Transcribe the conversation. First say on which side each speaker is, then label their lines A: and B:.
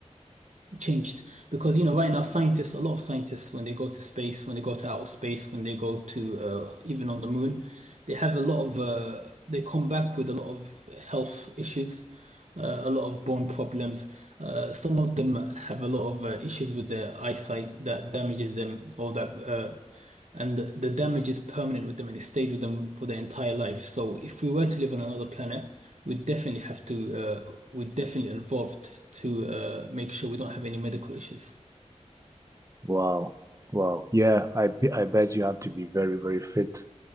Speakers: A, on the right (about 75°); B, on the right (about 25°).
A: changed because you know right now scientists a lot of scientists when they go to space when they go to outer space when they go to uh, even on the moon they have a lot of uh, they come back with a lot of health issues uh, a lot of bone problems uh, some of them have a lot of uh, issues with their eyesight that damages them or that uh, and the damage is permanent with them and it stays with them for their entire life so if we were to live on another planet we definitely have to, uh, we definitely involved to uh, make sure we don't have any medical issues.
B: Wow. Wow. Yeah, I b- I bet you have to be very, very fit